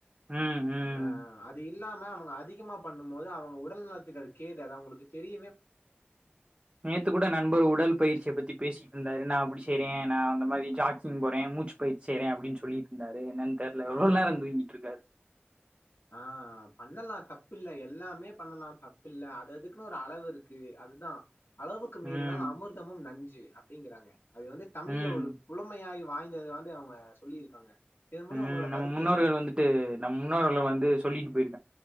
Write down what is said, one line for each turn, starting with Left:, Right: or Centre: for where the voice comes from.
Right: ம் ம்
Left: ஆ அது இல்லாம அவுங்க அதிகமா பண்ணும் போது அவுங்க உடல் நலத்துக்கு அது கேடு அது அவுங்களுக்கு தெரி
Right: நேத்து கூட நண்பர் உடல் பயிற்சிய பத் பேசிட்டு இருந்தரு நான் அப்படி செய்றேன் நான் அந்த மாதிரி ஜாக்கிங் போறேன் மூச்சு பயிற்சி செய்றேன் அப்படின்னு சொல்லிட்டு இருந்தாரு என்னன்னு தெரியல எவ்வளோ
Left: ஆ.
Right: நேரம் தூங்கிட்டு இருக்காரு
Left: ஆ பண்ணலாம் தப்பில்ல எல்லாமே பண்ணலாம் தப்பில்ல அத அதுக்குன்னு ஒரு அளவு இருக்கு அதுதான் அளவுக்கு மீறினால்
Right: ம்
Left: அமிர்தமும் நஞ்சு அப்படிங்கிறாங்க அது வந்து தமிழ்ல
Right: ம்
Left: ஒரு புலமையாய வாய்ந்தது வந்து அவுங்க சொல்லியிருக்காங்க இதன் மூலியம்
Right: உம்
Left: உங்களோட
Right: நம்ம
Left: கருத்து
Right: முன்னோர்கள்
Left: என்ன?
Right: வந்துட்டு நம் முன்னோர்கள் வந்து சொல்லின் போய்